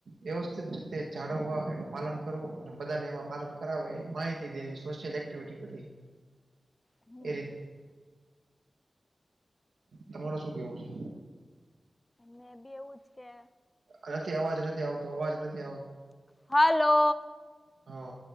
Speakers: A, on the right (about 90°); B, on the left (about 30°).
A: વ્યવસ્થિત રીતે જાળવવા એનું પાલન કરવું અને બધાને એમાં પાલન કરાવે માહિતી દેવી સોશલ એકવિટી કરવી
B: હમ
A: એ રીતે. તમારે શું કેવું છે.
B: મેં બી એવુંજ કે.
A: છે નથી અવાજ નથી આવતો અવાજ નથી
B: હલો.
A: હો.